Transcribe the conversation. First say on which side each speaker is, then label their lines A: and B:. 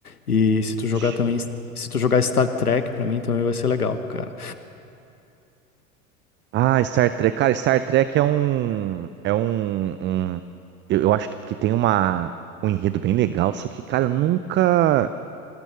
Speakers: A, on the left; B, on the right.
A: E se tu jogar
B: Oxi.
A: também, se tu jogar Star Trek pra mim, também vai ser legal, cara.
B: Ah, Star Trek. Cara, Star Trek é um. É um. um- eu, eu acho que tem uma, um enredo bem legal, só que, cara, eu nunca.